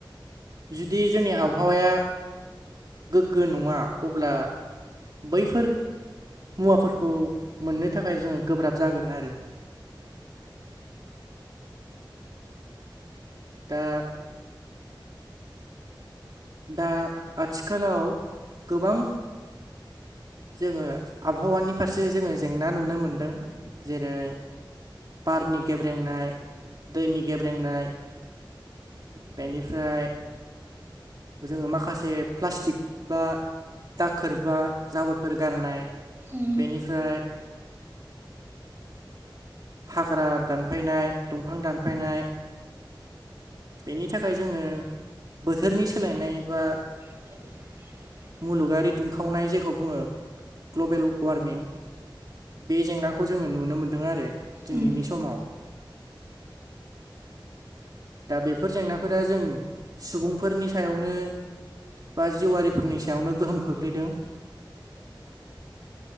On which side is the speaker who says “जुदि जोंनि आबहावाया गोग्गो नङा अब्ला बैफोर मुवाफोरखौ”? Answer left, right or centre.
Right